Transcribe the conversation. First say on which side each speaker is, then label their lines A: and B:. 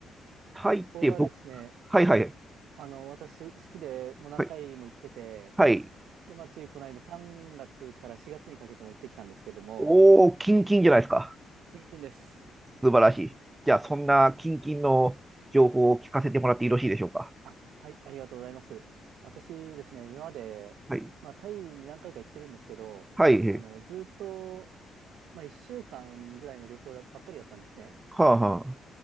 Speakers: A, on the right (about 15°); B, on the right (about 80°).
A: タイって僕、
B: ここがですね、
A: はいはい。
B: あの、私好きでもう何回も行ってて、
A: はい。はい。
B: で、まあ、ついこの間3月から4月にかけても行ってきたんですけども、
A: おー、キンキンじゃないですか。
B: キンキンです。
A: 素晴らしい。じゃあ、そんなキンキンの情報を聞かせてもらってよろしいでしょうか。
B: あ、はい、ありがとうございます。私ですね、今まで、
A: はい。
B: まあ、タイに何回か行ってるんですけど、
A: はい。
B: あの、ずっと、まあ、1週間ぐらいの旅行ばっかりだったんですね。
A: はあは